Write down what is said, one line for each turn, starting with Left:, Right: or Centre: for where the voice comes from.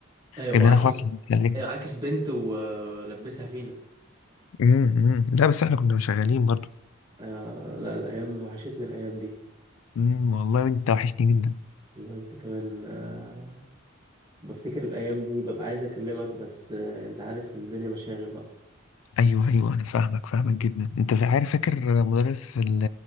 Right: ايوه
Left: جاب
Right: وعاكس
Left: لنا اخوه عشان يسلكنا
Right: ايوه عاكس بنت ولبسها فينا
Left: امم امم لا بس احنا كنا شغالين برضو
Right: آه، لا الايام وحشتني الايام دي
Left: امم والله انت وحشني جدا
Right: والله انت كمان آه، بفتكر الايام دي ببقى عايز اكلمك بس آه، انت عارف ان الدنيا مشاغل بقى
Left: ايوه ايوه انا فاهمك فاهمك جدا انت فا- عارف فاكر مدرس ال-